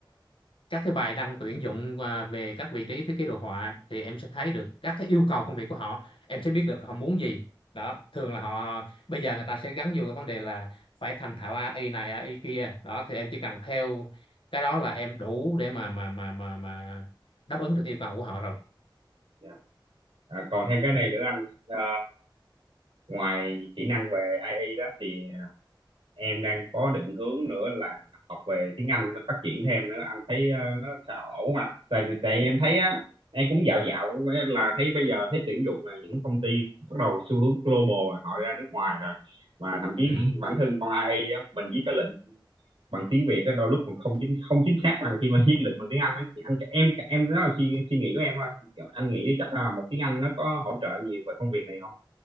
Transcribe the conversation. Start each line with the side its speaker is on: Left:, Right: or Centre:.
Left: các cái bài đăng tuyển dụng à, về các vị trí thiết kế đồ họa thì em sẽ thấy được các cái yêu cầu công việc của họ em sẽ biết được họ muốn gì đó thường là họ bây giờ người ta sẽ gắn vô cái vấn đề là phải thành thạo a i này a i kia đó thì em chỉ cần theo cái đó là em đủ để mà mà mà mà mà đáp ứng được yêu cầu của họ rồi
Right: Dạ. à, còn thêm cái này nữa anh Ờ, ngoài kỹ năng về AI đó thì em đang có định hướng nữa là học về tiếng Anh nó phát triển thêm nữa anh thấy ờ, nó sao ổn mà tại tại em thấy á em cũng dạo dạo là thấy bây giờ thấy tuyển dụng là những công ty bắt đầu xu hướng global rồi, họ ra nước ngoài rồi mà thậm
Left: ừ.
Right: chí <laughs> bản thân con AI á, mình viết cái lệnh bằng tiếng Việt á đôi lúc còn không chính không chính xác bằng khi mà viết lệnh bằng tiếng Anh á Thì anh em em đó là suy, suy nghĩ của em thôi anh nghĩ chắc là một tiếng Anh nó có hỗ trợ nhiều về công việc này không